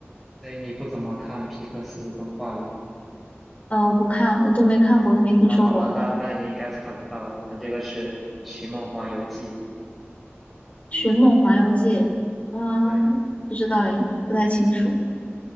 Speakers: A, in the centre; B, on the left.
A: 所以你不怎么看皮克斯的动画了。
B: 呃，我不看，我都没看过，都没听说过。
A: 那好吧，那那你应该猜不到，他这个是《寻梦环游记》。
B: 《寻梦环游记》啊，
A: 对，
B: 不知道诶，不太清楚。